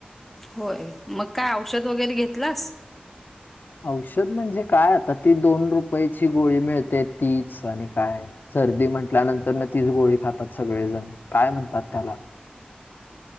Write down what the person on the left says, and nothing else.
औषध म्हणजे काय आता ती दोन रुपयाची गोळी मिळते तीच आणि काय सर्दी म्हटल्यानंतर न तीच गोळी खातात सगळेजण काय म्हणतात त्याला.